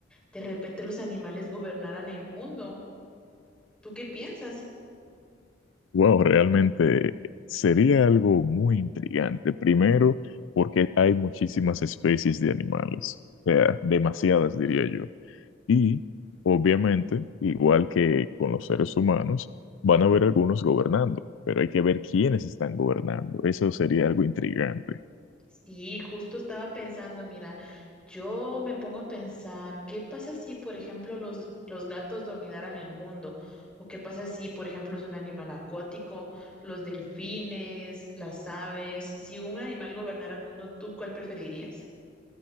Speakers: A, in the centre; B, on the left.
A: de repente los animales gobernaran el mundo? ¿Tú qué piensas?
B: Wow, realmente sería algo muy intrigante. Primero, porque hay muchísimas especies de animales, o sea, demasiadas diría yo. Y, obviamente, igual que con los seres humanos, van a haber algunos gobernando, pero hay que ver quiénes están gobernando. Eso sería algo intrigante.
A: Sí, justo estaba pensando, mira, yo me pongo a pensar, ¿qué pasa si, por ejemplo, los, los gatos dominaran el mundo? ¿O qué pasa si, por ejemplo, es un animal acuático, los delfines, las aves? Si un animal gobernara el mundo, ¿tú cuál preferirías?